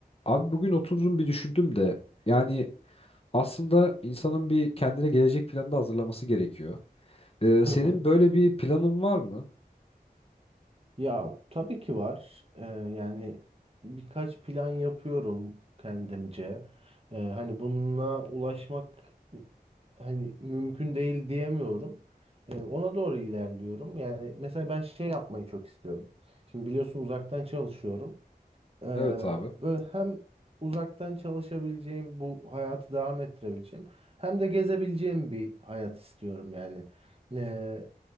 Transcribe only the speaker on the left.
Abi bugün oturdum bir düşündüm de yani aslında insanın bir kendine gelecek planı da hazırlaması gerekiyor. Ee,
senin
böyle bir planın var mı?
Evet abi.